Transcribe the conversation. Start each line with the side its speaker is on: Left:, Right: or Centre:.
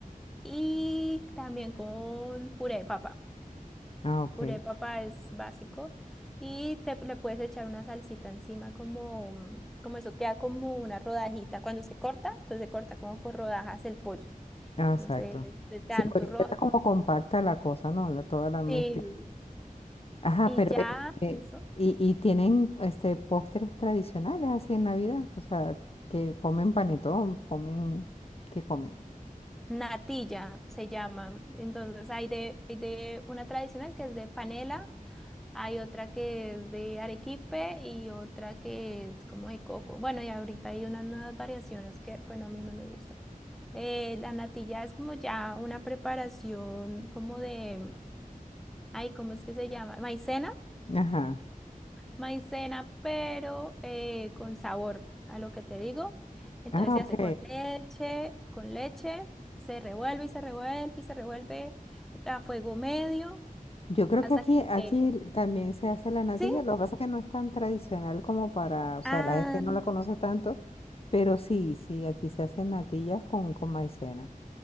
Centre: Y también con puré de papa.
Left: Ah, ok.
Centre: Puré de papa es básico y te, le puedes echar una salsita encima como, mm, como eso queda como una rodajita cuando se corta, entonces se corta como por rodajas el pollo.
Left: Ah,
Centre: Entonces,
Left: exacto.
Centre: les dan
Left: Sí, porque
Centre: turrón.
Left: queda como compacta la cosa, ¿no? La- toda la mezcla.
Centre: Sí,
Left: Ajá,
Centre: y
Left: pero
Centre: ya,
Left: este,
Centre: eso.
Left: y, y tienen este postres tradicionales así en Navidad. O sea, que comen panetón, comen, ¿qué comen?
Centre: Natilla se llama. Entonces, hay de, hay de una tradicional que es de panela, hay otra que es de arequipe y otra que es como de coco. Bueno, y ahorita hay unas nuevas variaciones que, bueno, a mí no me gustan. Eh, la natilla es como ya una preparación como de, ay, ¿cómo es que se llama? Maicena.
Left: Ajá.
Centre: maicena, pero eh, con sabor a lo que te digo. Entonces
Left: Ah,
Centre: se
Left: ok.
Centre: hace con leche, con leche, se revuelve y se revuelve y se revuelve a fuego medio
Left: Yo creo
Centre: hasta
Left: que aquí,
Centre: que
Left: aquí
Centre: quede con...
Left: también se hace la natilla.
Centre: ¿Sí?
Left: Lo que pasa es que no es tan tradicional como para, o sea,
Centre: Ah,
Left: la gente no la conoce tanto, pero sí, sí, aquí se hacen natillas con, con maicena.